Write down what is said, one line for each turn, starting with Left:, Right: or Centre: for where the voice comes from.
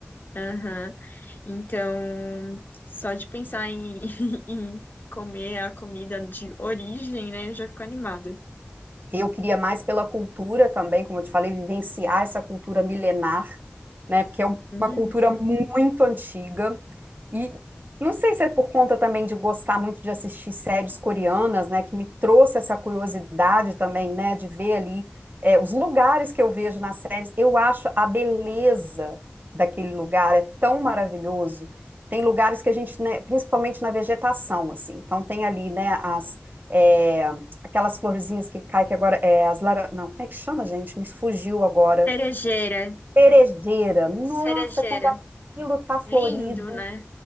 Left: Aham. Então, só de pensar em, <laughs> em comer a comida de origem, né? Eu já fico animada.
Right: Eu queria mais pela cultura também, como eu te falei, vivenciar essa cultura milenar, né? Porque é um-
Left: Hum.
Right: uma cultura muito antiga. E não sei se é por conta também de gostar muito de assistir séries coreanas, né? Que me trouxe essa curiosidade também, né? De ver ali é, os lugares que eu vejo nas séries. Eu acho a beleza daquele lugar é tão maravilhoso. Tem lugares que a gente, né, principalmente na vegetação, assim. Então tem ali, né, as, é, aquelas florzinhas que caem, que agora é as lara... Não, como é que chama, gente? Me fugiu agora.
Left: Cerejeira,
Right: Cerejeira. Nossa,
Left: cerejeira.
Right: quando aquilo tá florido.
Left: Lindo, né?